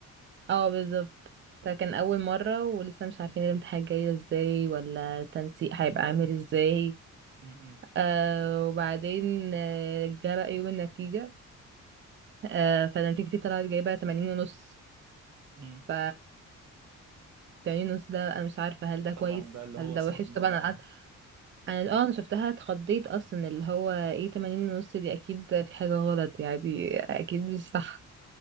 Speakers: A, on the right; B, on the right.
A: اه بالظبط
B: تمام
A: فكان اول مرة ولسه مش عارفين الامتحان جاي ازاي ولا التنسيق هيبقى عامل ازاي
B: مم.
A: آه وبعدين آه، جه بقى يوم النتيجة آه فنتيجتي طلعت جايبة تمانين ونص
B: مم.
A: ف تمانين ونص ده انا مش عارفة هل ده كويس
B: طبعا بقى اللي
A: هل
B: هو
A: ده
B: صدمه
A: وحش طبعا
B: بقى
A: انا قعدت انا اه انا شفتها اتخضيت اصلا اللي هو ايه تمانين ونص دي اكيد في حاجة غلط يعني اكيد مش صح